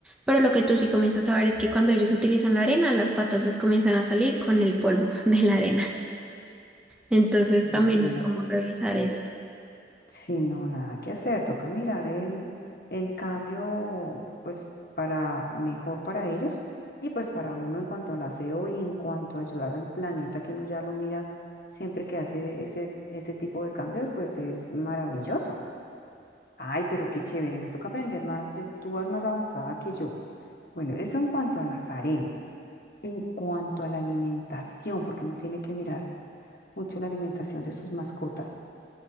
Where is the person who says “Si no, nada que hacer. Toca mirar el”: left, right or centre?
Left